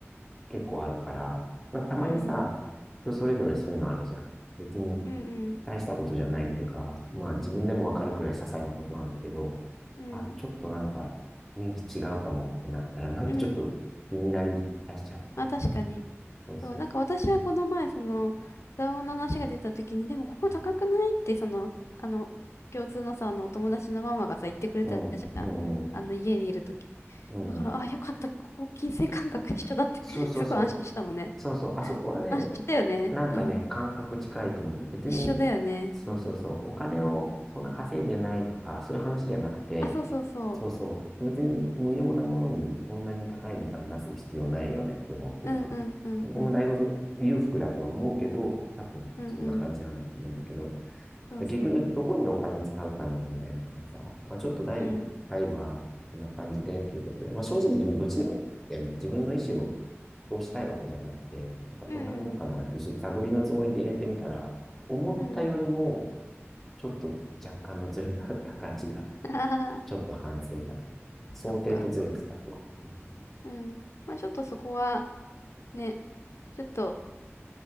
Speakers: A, in the centre; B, on the left.
A: 結構あるから、なんかたまにさ、
B: うんうん。
A: 人それぞれそういうのあるじゃん。別に
B: うんうん。
A: 大したことじゃないっていうか、まあ自分でもわかるくらい些細なことなんだけど、
B: うん。
A: あ、ちょっとなんか雰囲気違うかもってなったら、なんかちょっと気になり出しちゃって。
B: うん。あ、確かに。
A: そうそう。
B: そう、なんか私はこの前、その、座王の話が出た時に、でもここ高くないって、
A: う
B: その、あの、共通のさ、あの、お友達のママがさ、言ってくれたじゃん。
A: ん、うん、うん。
B: あの、家にいる時
A: うん
B: だから、あ、よかった。ここ、金銭感覚一緒だって
A: そうそうそう。
B: <laughs> すごい安心したもんね。
A: そうそう、あそこはね、
B: 安心したよね。
A: なんかね、
B: うん。
A: 感覚近いと思う。別に、
B: 一緒だよね。
A: そうそうそう、
B: うん。
A: お金をそんな稼いでないとか、そういう話じゃなくて、
B: あ、そうそうそ
A: そうそう、別に無用なものにそんなに高い値段出す必要ないよねって思ってる派。
B: う。うんうんうんうん。
A: 僕もだいぶ裕福だとは思うけど、多分そんな感じなんだと思うんだけど、
B: うんうん。そうそう。
A: で結局、どこにお金使うかの問題だからさ、まあちょっと第一回はこんな感じでっていうことで、
B: うん。
A: まあ正直自分どっちでもいいんだよね。自分の意思を通したいわけじゃなくて、なんかどんなもんかなって、
B: うんうん。
A: ちょっと探りのつもりで入れてみたら、思ったよりも
B: うん。
A: ちょっと若干のズレがあった感じが、
B: <laughs> あはは
A: ちょっと反省だ。想定とずれてたってことね。
B: そっか。うん。まあちょっとそこは、ね、ちょっと、